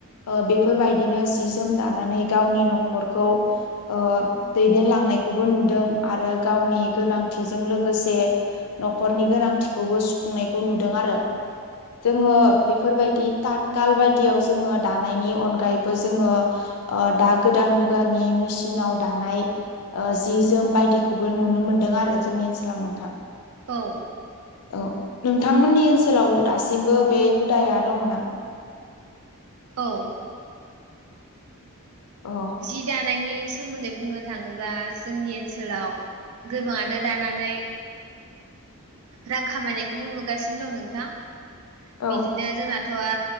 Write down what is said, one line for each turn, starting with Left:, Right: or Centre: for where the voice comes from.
Left: ओ बेफोरबायदिनो जि जोम दानानै गा गावनि न'खरखौ ओ दैदेनलांनायखौबो नुदों आरो गावनि गोनांथि थिजों लोगोसे न'खरनि गोनांथिखौबो सुफुंनायखौ नुदों आरो
Right: <inaudible>
Left: जोङो बेफोरबायदि थाथखाल बायदियाव जोङो दानायनि अनगायैबो जोङो ओ ओ दा गोदान मुगानि मेसिनाव दानाय ओ जि जोम बायदिखौबो नुनो मोनदों आरो जोंनि ओनसोलाव नोंथां
Right: औ
Left: औ नोंथांमोननि ओनसोलाव दासिमबो बे हुदाया दङना
Right: औ
Left: औ
Right: जि दानायनि इ सोमोन्दै बुंनो थाङोब्ला जोंनि ओनसोलाव गोबाङानो दानानै रां खामायनायखौबो नुगासिनो दं नोंथां
Left: औ
Right: बिदिनो जोंना थ'आ